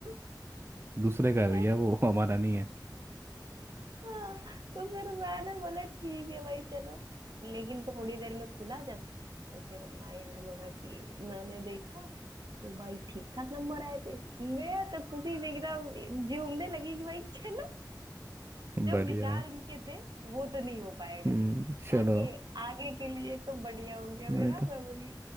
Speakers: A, on the right; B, on the right.
A: <laughs>
B: दूसरे का
A: फिर
B: भी है वो <laughs> हमारा नहीं है
A: हाँ तो फिर मैंने बोला ठीक है भाई चलो लेकिन थोड़ी देर में खुला जब तो फिर माया ने बोला कि मैंने देखा तो भाई ठीक ठाक नंबर आए थे मैं तो खुशी से एकदम झूमने लगी कि भाई चलो
B: बढ़िया
A: जो विचार
B: है।
A: उनके थे वो तो नहीं हो
B: हम्म चलो
A: आगे आगे के लिए तो बढ़िया हो गया
B: नहीं
A: मेरा
B: तो
A: मैं बोली